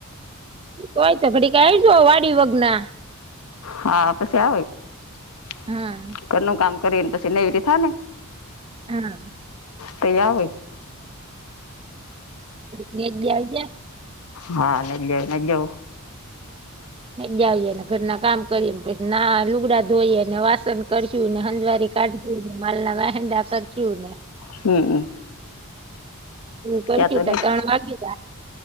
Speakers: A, on the right; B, on the left.
A: તોય તો ખડી ક આવીજ વાડી વગના
B: હા પસ્યા હોય
A: હા
B: કનું કામ કરીને પછી નહીવીથી થા ને
A: હા
B: તયા ભય
A: નીગ્યા આવી ગયા
B: હા નલ નલવ
A: જ આવીએને ઘરના કામ કરી ને પછી ના લુગડા ધોઈ ને વાસણ કર્યું ને હંજવારી કજું ને મળલનામાંદા કર કું ને
B: હમ હમ
A: પછી
B: ત્યાં તો
A: ત
B: નહીં
A: ત્રણ વાગે ત